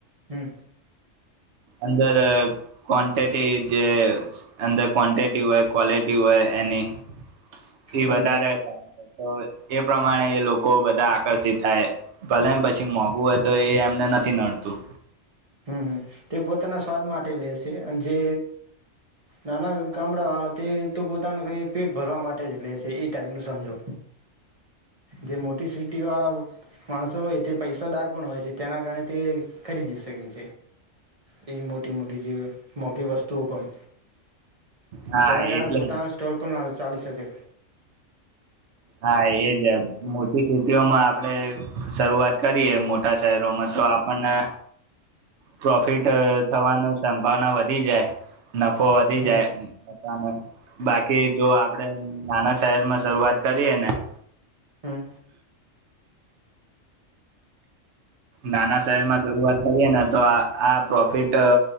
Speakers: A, on the right; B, on the right.
A: હમ
B: અંદર કવોનટીટી જે અંદર ક્વૉનટીટી હોય ક્વૉલિટી હોય એની એ
A: હમ
B: વધારે
A: હમ
B: <unintelligible> તો એ પ્રમાણે એ લોકો બધા આકર્ષિત થાય ભલે એમ પછી મોંઘું હોય તો એ એમને નથી નડતું.
A: હમમ, તે પોતાના સ્વાદ માટે લે છે અને જે નાના ગામડા વાળા તે તો પોતાનું પેટ ભરવા માટે જ લે છે એ ટાઈપનું સમજો જે મોટી સિટી વાળા માણસો હોય તે પૈસાદાર પણ હોય છે તેના કારણે તે ખરીદી શકે. એ મોટી મોટી જે મોખી વસ્તુઓ પણ.
B: હા
A: તેના કારણે
B: એટલે
A: પોતાનો સ્ટોલ પણ ચાલી શકે.
B: હા, એજ મોટી સિટીઓમાં આપણેે શરૂઆત કરીએ મોટા શહેરોમાં તો આપણને પ્રોફિટ થવાનો સંભાવના વધી જાય. નફો વધી
A: હમ
B: જાય બધાને બાકી જો આપડે નાના શહેરમાં શરૂઆત કરી એ ને <inaudible>
A: હમ
B: નાના શહેરમાં શરૂઆત કરીએ ને તો આ આ પ્રોફિટ